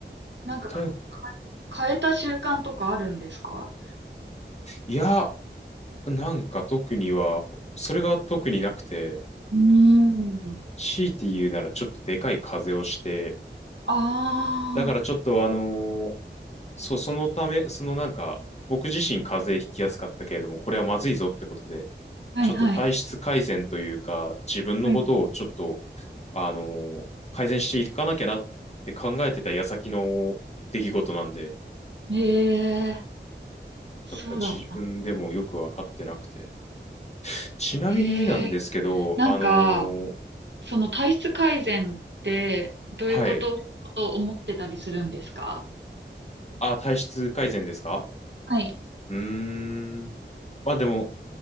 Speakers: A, on the right; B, on the left.
A: なんかか、
B: 逮捕、
A: か変えた習慣とかあるんですか
B: いや、なんか特には、それが特になくて、
A: うーん。
B: 強いて言うならちょっとでかい風邪をして、
A: あ
B: だからちょっとあのーそう、そのため、そのなんか、僕自身風邪ひきやすかったけれども、これはまずいぞってことで、
A: あはいはい。
B: ちょっと体質改善というか、自分のことをちょっと
A: はい。
B: あの、改善していかなきゃなって考えてた矢先の出来事なんで、
A: ええそうだった。
B: だから自分でもよくわかってなくて。ちなみになんですけど、
A: ええなんか、
B: あの、
A: その体質改善ってどういうことと思ってたりするんですか
B: はい。あ、体質改善ですか
A: はい。
B: うーん。まあでも、